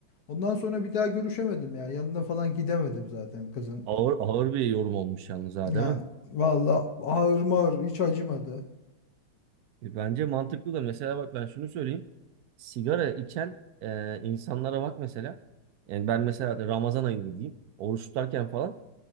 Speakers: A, on the left; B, on the right.
A: Ondan sonra bir daha görüşemedim ya. Yanına falan gidemedim zaten kızın.
B: Ağır ağır bir yorum olmuş yalnız ha
A: Yani
B: değil mi?
A: valla ağır mağır hiç acımadı.
B: E, bence mantıklı da mesela bak ben şunu söyleyeyim. Sigara içen e, insanlara bak mesela. Yani ben mesela Ramazan ayında diyeyim. Oruç tutarken falan